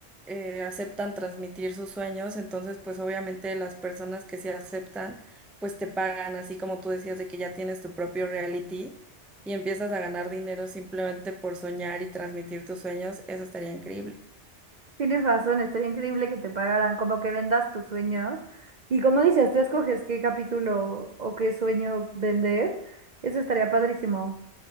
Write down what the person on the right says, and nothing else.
Tienes razón, estaría increíble que te pagaran, como que vendas tus sueños. Y como dices, tú escoges qué capítulo o qué sueño vender. Eso estaría padrísimo.